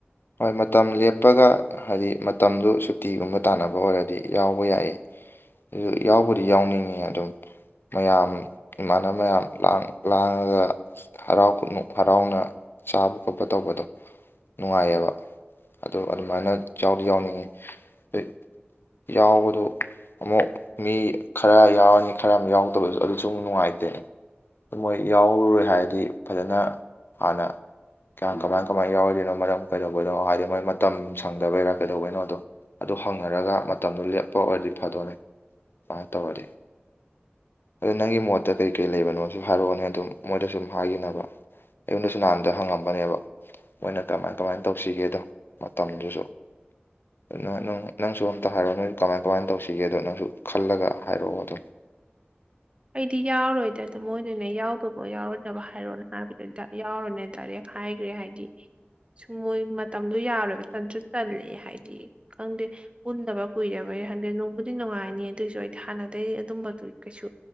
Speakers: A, on the left; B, on the right.
A: ꯍꯣꯏ ꯃꯇꯝ ꯂꯦꯞꯄꯒ ꯍꯥꯏꯗꯤ ꯃꯇꯝꯗꯨ ꯁꯨꯇꯤꯒꯨꯝꯕ ꯇꯥꯟꯅꯕ ꯑꯣꯏꯔꯗꯤ ꯌꯥꯎꯕ ꯌꯥꯏ ꯑꯗꯨ ꯌꯥꯎꯕꯗꯤ ꯌꯥꯎꯅꯤꯡꯉꯤ ꯑꯗꯨꯝ ꯃꯌꯥꯝ ꯏꯃꯥꯟꯅꯕ ꯃꯌꯥꯝ ꯂꯥꯡꯉꯒ ꯍꯔꯥꯎ ꯀꯃ ꯍꯔꯥꯎꯅ ꯆꯥꯕ ꯈꯣꯠꯄ ꯇꯧꯕꯗꯣ ꯅꯨꯡꯉꯥꯏꯌꯦꯕ ꯑꯣ ꯑꯗꯨꯃꯥꯏꯅ ꯌꯥꯗꯤ ꯌꯥꯎꯅꯤꯡꯉꯤ ꯑ ꯌꯥꯎꯕꯗꯨ ꯑꯃꯨꯛ ꯃꯤ ꯈꯔ ꯌꯥꯎꯔꯅꯤ ꯈꯔ ꯑꯃ ꯌꯥꯎꯗꯕꯁꯨ ꯑꯗꯨꯁꯨ ꯑꯃꯨ ꯅꯨꯡꯉꯥꯏꯇꯦꯅꯦ ꯃꯣꯏ ꯌꯥꯎꯔꯔꯣꯏ ꯍꯥꯏꯔꯗꯤ ꯐꯖꯅ ꯍꯥꯟꯅ ꯀꯌꯥꯝ ꯀꯃꯥꯏ ꯀꯃꯥꯏꯅ ꯌꯥꯎꯔꯤꯅꯣ ꯃꯔꯝ ꯀꯩꯗꯧꯕꯅꯣ ꯍꯥꯏꯗꯤ ꯃꯣꯏ ꯃꯇꯝ ꯁꯪꯗꯕꯩꯔꯥ ꯀꯩꯗꯧꯕꯩꯅꯣꯗꯣ ꯑꯗꯨ ꯍꯪꯅꯔꯒ ꯃꯇꯝꯗꯨ ꯂꯦꯞꯄ ꯑꯣꯏꯔꯗꯤ ꯐꯗꯣꯅꯦ ꯑꯗꯨꯃꯥꯏꯅ ꯇꯧꯔꯗꯤ ꯑꯗꯨ ꯅꯪꯒꯤ ꯃꯣꯠꯇ ꯀꯩ ꯀꯩ ꯂꯩꯕꯅꯣꯁꯨ ꯍꯥꯏꯔꯛꯑꯣꯅꯦ ꯑꯗꯨꯝ ꯃꯣꯏꯗ ꯁꯨꯝ ꯍꯥꯏꯈꯤꯅꯕ ꯑꯩꯉꯣꯟꯗꯁꯨ ꯅꯍꯥꯟꯗ ꯍꯪꯉꯝꯕꯅꯦꯕ ꯃꯣꯏꯅ ꯀꯃꯥꯏꯅ ꯀꯃꯥꯏꯅ ꯇꯧꯁꯤꯒꯦꯗ ꯃꯇꯝꯗꯨꯁꯨ ꯑꯗꯨꯅ ꯅꯪꯁꯨ ꯑꯝꯇ ꯍꯥꯏꯔꯛꯑꯣ ꯅꯣꯏ ꯀꯃꯥꯏ ꯀꯃꯥꯏꯅ ꯇꯧꯁꯤꯒꯦꯗꯣ ꯅꯪꯁꯨ ꯈꯜꯂꯒ ꯍꯥꯏꯔꯛꯑꯣ ꯑꯗꯨꯝ <inaudible>
B: ꯑꯩꯗꯤ ꯌꯥꯎꯔꯣꯏꯗ ꯑꯗꯨ ꯃꯣꯏꯗꯨꯅꯦ ꯌꯥꯎꯗꯕ ꯌꯥꯎꯔꯣꯏꯗꯕ ꯍꯥꯏꯔꯣꯅ ꯍꯥꯏꯕꯗꯨ ꯌꯥꯎꯔꯨꯅꯦ ꯗꯥꯏꯔꯦꯛ ꯍꯥꯏꯈ꯭ꯔꯦ ꯍꯥꯏꯗꯤ ꯁꯨꯝ ꯃꯣꯏ ꯃꯇꯝꯗꯣ ꯌꯥꯔꯕ ꯆꯟꯁꯨ ꯆꯜꯂꯦ ꯍꯥꯏꯗꯤ ꯈꯪꯗꯦ ꯄꯨꯟꯗꯕ ꯀꯨꯏꯔꯕ ꯍ ꯍꯟꯗ꯭ꯔꯦ ꯅꯣꯡꯕꯨꯗꯤ ꯅꯨꯡꯉꯥꯏꯅꯤ ꯑꯗꯨꯑꯣꯏꯁꯨ ꯑꯩꯗꯤ ꯍꯥꯟꯅꯗꯩ ꯑꯗꯨꯝꯕꯗꯨ ꯀꯩꯁꯨ